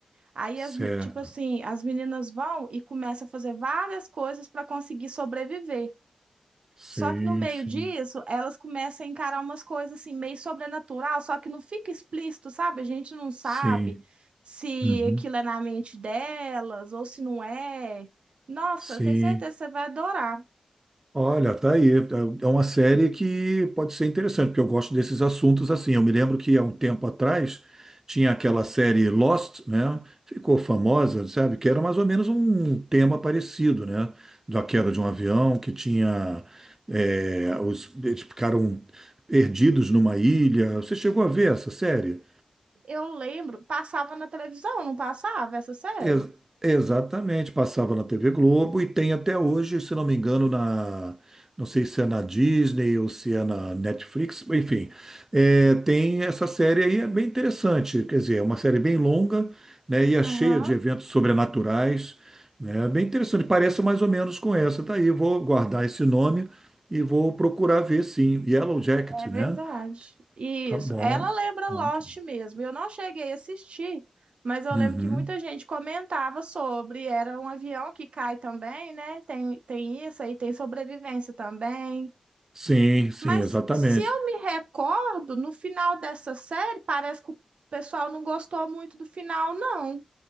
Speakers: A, on the right; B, on the right.
A: Aí,
B: Certo.
A: as, me- tipo assim, as meninas vão e começam a fazer várias coisas para conseguir sobreviver.
B: Sim,
A: Só que no meio
B: sim.
A: disso, elas começam a encarar umas coisas assim, meio sobrenatural, só que não fica explícito, sabe? A gente não sabe
B: Sim.
A: se
B: Uhum.
A: aquilo é na mente delas ou se não é. Nossa,
B: Sim.
A: eu tenho certeza que você vai adorar.
B: Olha, tá aí. É é uma série que pode ser interessante, porque eu gosto desses assuntos assim. Eu me lembro que há um tempo atrás tinha aquela série Lost, né? Ficou famosa, sabe? Que era mais ou menos um tema parecido, né? Da queda de um avião que tinha. é, os, eles ficaram perdidos numa ilha. Você chegou a ver essa série?
A: Eu lembro, passava na televisão, não passava essa série?
B: Ex- exatamente, passava na TV Globo e tem até hoje, se não me engano, na, não sei se é na Disney ou se é na Netflix, enfim, é, tem essa série aí, é bem interessante, quer dizer, é uma série bem longa, né, e é
A: Aham.
B: cheia de eventos sobrenaturais, né, é bem interessante, parece mais ou menos com essa, tá aí, eu vou guardar esse nome e vou procurar ver, sim, Yellow Jacket,
A: É verdade.
B: né,
A: Isso.
B: tá bom,
A: Ela lembra Lost
B: ótimo.
A: mesmo. Eu não cheguei a assistir, mas eu
B: Uhum.
A: lembro que muita gente comentava sobre. Era um avião que cai também, né? Tem, tem isso aí, tem sobrevivência também.
B: Sim, sim,
A: Mas
B: exatamente.
A: se eu me recordo, no final dessa série, parece que o pessoal não gostou muito do final, não.